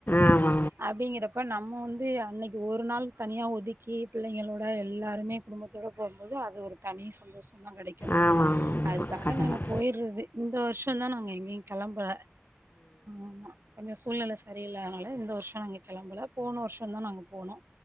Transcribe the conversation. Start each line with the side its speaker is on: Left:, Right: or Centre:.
Left: ஆமா
Right: அப்படிங்கறப்ப நம்ம வந்து அன்னிக்கு ஒரு நாள் தனியா ஒதுக் க்கி பிள்ளைங்களோட எல்லாருமே குடும்பத்தோட போவும்போது அது ஒரு தனி சந்தோஷோ கெடைக்கு
Left: ஆமாம் ஆமாம்
Right: அதுக்காக
Left: கண்டிப்பாக
Right: நாங்க போயிட்றது இந்த வர்ஷோந்தா நாங்க எங்கேயு கெளம்பல ஆமா கொஞ்சோ சூழ்நெல செரியில்ல அதனால இந்த வர்ஷோ நாங்க கெளம்பல போன வர்ஷோதா நாங்க போனோ